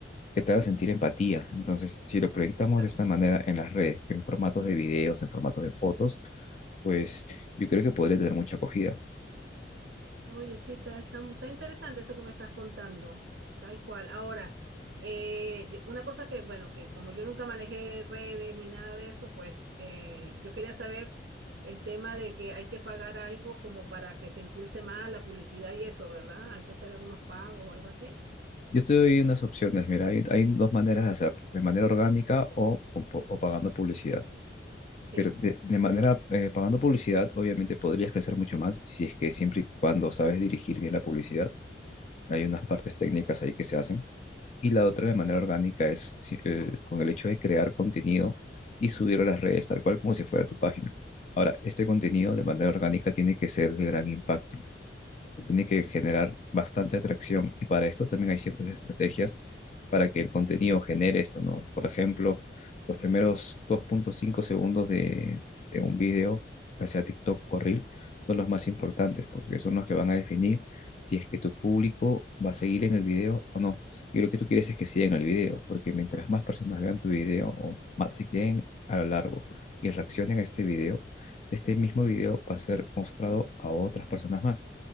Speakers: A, on the left (about 40°); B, on the right (about 60°).
A: que te haga sentir empatía. Entonces, si lo proyectamos
B: Claro.
A: de esta manera en las redes, en formatos de videos, en formatos de fotos, pues yo creo que podría tener mucha acogida.
B: Oye, sí, está, está, está interesante eso que me estás contando, tal cual. Ahora, eh, yo- una cosa que, bueno, que como yo nunca manejé redes ni nada de eso, pues eh, yo quería saber el tema de que hay que pagar algo como para que se impulse más la publicidad y eso, ¿verdad? Hay que hacer algunos pagos o algo así.
A: Yo te doy unas opciones, mira, hay, hay dos maneras de hacerlo, de manera orgánica o o- o pagando publicidad.
B: Sí.
A: Pero de, de manera, eh, pagando publicidad, obviamente podrías crecer mucho más si es que siempre y cuando sabes dirigir bien la publicidad. Hay unas partes técnicas ahí que se hacen. Y la otra de manera orgánica es si- el- con el hecho de crear contenido y subirlo a las redes, tal cual como si fuera tu página. Ahora, este contenido de manera orgánica tiene que ser de gran impacto se tiene que generar bastante atracción y para esto también hay ciertas estrategias para que el contenido genere esto, ¿no? Por ejemplo, los primeros dos punto cinco segundos de, de un video, ya sea TikTok o Reel, son los más importantes porque son los que van a definir si es que tu público va a seguir en el video o no. Y lo que tú quieres es que sigan el video, porque mientras más personas vean tu video o más se queden a lo largo y reaccionen a este video, este mismo video va a ser mostrado a otras personas más.